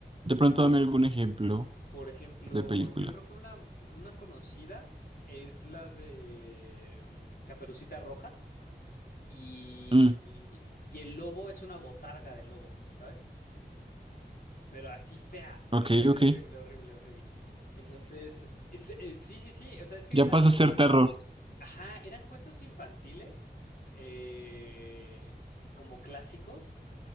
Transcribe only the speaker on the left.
Por ejemplo,
yo creo que una, una conocida es la de mm, Caperucita Roja y,
y, y el lobo es una botarga de lobo, ¿sabes? Pero así fea, horrible,
horrible, horrible, horrible. Entonces, es- eh, sí, sí, sí, o sea, es que
eran
cuentos,
ajá, eran cuentos infantiles, eh, como clásicos.